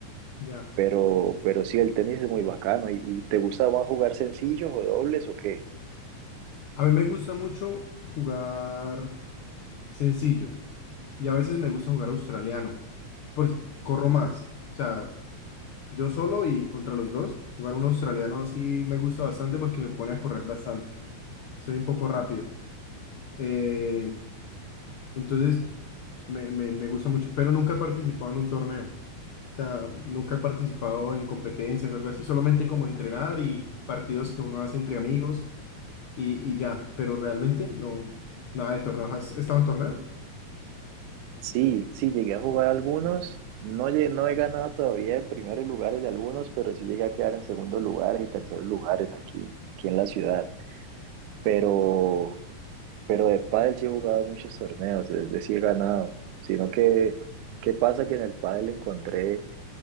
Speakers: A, on the left (about 75°); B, on the right (about 85°).
A: Ya.
B: pero, pero sí, el tenis es muy bacano, ¿y, y te gusta más jugar sencillos o dobles o qué?
A: A mí me gusta mucho jugar sencillos y a veces me gusta jugar australiano, pues corro más. O sea, yo solo y contra los dos, jugar un australiano así me gusta bastante porque me pone a correr bastante. soy un poco rápido. Eh, entonces, me, me, me gusta mucho, pero nunca he participado en un torneo. O sea, nunca he participado en competencias o algo así, solamente como entrenar y partidos que uno hace entre amigos y, y ya, pero realmente no, nada de torneos. ¿Has estado en torneo?
B: Sí, sí, llegué a jugar algunos. No, lle- no he ganado todavía en primeros lugares de algunos, pero sí llegué a quedar en segundos lugares y terceros lugares aquí, aquí en la ciudad. Pero, pero de pádel sí he jugado muchos torneos, es decir, he ganado. Sino que, ¿qué pasa? Que en el pádel encontré